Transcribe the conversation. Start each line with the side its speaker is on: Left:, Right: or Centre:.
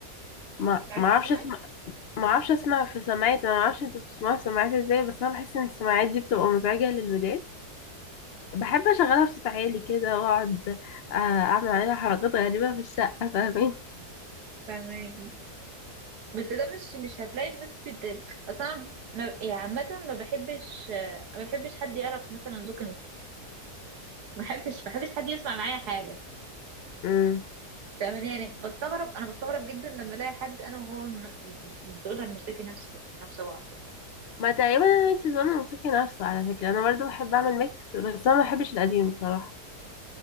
Left: ما
Right: بتعرفي
Left: ما اعرفش
Right: تسمعي
Left: ما اعرفش اسمع في سماعات انا ما اعرفش انت بتسمعها في سماعات ازاي بس انا بحس ان السماعات دي بتبقى مزعجه للودان بحب اشغلها بصوت عالي كده واقعد آه، اعمل عليها حركات غريبه في الشقه فاهمين
Right: فاهماني بس ده مش مش هتلاقي الناس بت اصلا ما... يعني عامه ما بحبش ما بحبش حد يعرف مثلا ذوق الموسيقى ما بحبش ما بحبش حد يسمع معايا حاجه
Left: امم
Right: فاهماني يعني بستغرب انا بستغرب جدا لما الاقي حد انا وهو ن- ذوقنا الموسيقي نفسه نفسه بعض يعني
Left: ما تقريبا انا انت زمان الموسيقى نفسه على فكره انا برضو بحب اعمل ميكس بس انا ما بحبش القديم بصراحه